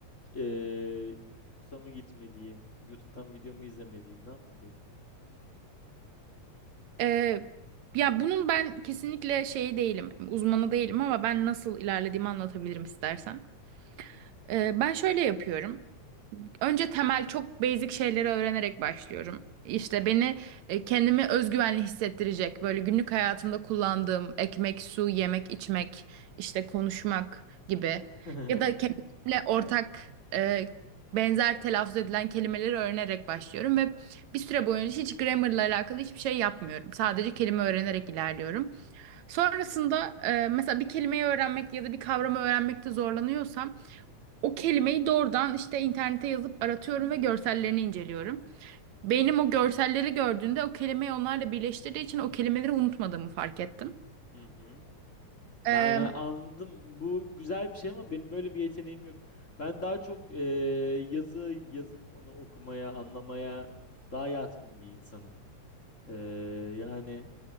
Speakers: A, on the left; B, on the right.
A: eee kursa mı gitmeliyim? YouTube'dan video mu izlemeliyim? Ne yapmalıyım?
B: eee, ya bunun ben kesinlikle şeyi değilim, uzmanı değilim ama ben nasıl ilerlediğimi anlatabilirim istersen. Eee, ben şöyle yapıyorum. Önce temel çok basic şeyleri öğrenerek başlıyorum. İşte beni e, kendimi özgüvenli hissettirecek böyle günlük hayatımda kullandığım ekmek, su, yemek, içmek, işte konuşmak gibi
A: <laughs> Hı
B: ya da kendimle ortak e, benzer telaffuz edilen kelimeleri öğrenerek başlıyorum ve bir süre boyunca hiç grammarla alakalı hiçbir şey yapmıyorum. Sadece kelime öğrenerek ilerliyorum. Sonrasında e, mesela bir kelimeyi öğrenmek ya da bir kavramı öğrenmekte zorlanıyorsam o kelimeyi doğrudan işte internete yazıp aratıyorum ve görsellerini inceliyorum. Beynim o görselleri gördüğünde o kelimeyi onlarla birleştirdiği için o kelimeleri unutmadığımı fark ettim.
A: hı.
B: Ee,
A: Yani anladım. Bu güzel bir şey ama benim böyle bir yeteneğim yok. Ben daha çok eee, yazı yazıp onu okumaya, anlamaya daha yatkın bir insanım. Eee, yani